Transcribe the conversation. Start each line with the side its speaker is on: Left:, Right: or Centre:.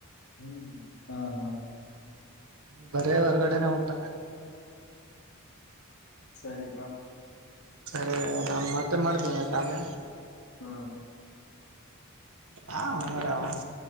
Left: ಹ್ಮ್ ಹಾ ಹಾ
Right: ಬರೆ ಹೊರಗಡೆನೇ ಊಟ
Left: ಸರಿತಾ
Right: ಸರಿ ನಾನ್ ಮತ್ತೆ ಮಾಡ್ತೇನಿ ಯಕಾಮೇ
Left: ಹಾ
Right: ಹಾ ಉಮರಾವ <inaudible>